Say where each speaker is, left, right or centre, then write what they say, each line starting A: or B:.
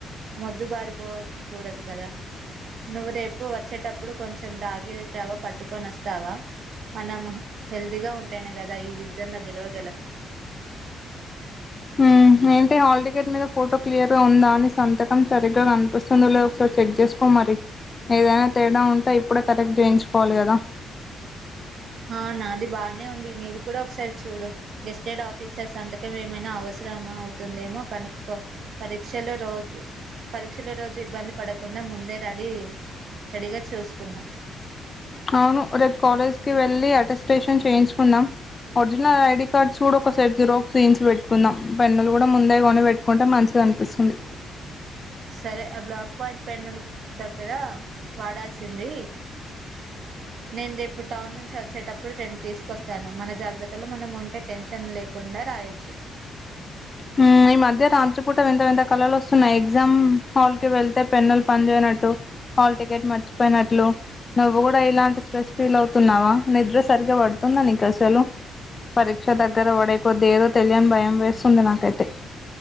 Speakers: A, on the right; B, on the left.
A: మొద్దు బారిపోకూడదు కదా నువ్వు రేపు వచ్చేటప్పుడు కొంచెం రాగి చావా పట్టుకొని వస్తావా. మనం హెల్తీగా ఉంటేనే కదా ఈ యుద్ధంలో గెలవగలం.
B: హ్మ్ ఏంటి హల్టికెట్ మీద ఫోటో క్లియర్ గా ఉందా అని సంతకం సరిగ్గా కనిపిస్తుందో లేదా ఒకసారి చెక్ చేసుకో మరి ఏదైనా తేడా ఉంటే ఇప్పుడే కరెక్ట్ చేయించుకోవాలి కదా.
A: ఆహా నాది బాగానే ఉంది. నీది కూడా ఒకసారి చూడు గెస్టెడ్ ఆఫీసర్స్ సంతక ఏమైనా అవసరమా అవుతుందేమో కనుకో పరీక్షలో రోజు పరీక్షలో రోజు ఇబ్బంది పడకుండా ముందే రాడి చేయొచ్చు రెడీగా చూసుకుందాం
B: అవును రేపు కాలేజ్కి వెళ్ళి అటెస్ట్రేషన్ చేయించుకుందాం. ఒరిజినల్ ఐడి కార్డ్స్ కూడా ఒక సైట్ జీరాక్స్ చేయించి పెట్టుకుందాం. పెన్నులు కూడా ముందే కొని పెట్టుకుంటే మంచిది అనిపిస్తుంది.
A: సరే ఆ బ్లాక్ పాయింట్ పెన్నులు దగ్గర వాడాల్సింది నేను రేపు టౌన్ నుంచి వచ్చేటప్పుడు రెండు తీసుకొస్తాను. మన జాగ్రత్తలో మనం ఉంటే టెన్షన్ లేకుండా రాయొచ్చు
B: హ్మ్ ఈ మధ్య రాత్రి పూట వింత వింత కళలు వస్తున్నాయి ఎగ్జామ్ హాల్ కి వెళ్తే పెన్నులు పని జేయనట్టు హాల్ టికెట్ మర్చిపోయినట్లు నువ్వు గూడా ఇలాంటి స్ట్రెస్ ఫీల్ అవుతున్నావా నిద్ర సరిగా పడుతుందా నీక అసలు పరీక్ష దగ్గర పడే కొద్దీ ఏదో తెలియని భయం వేస్తుంది నా కయితే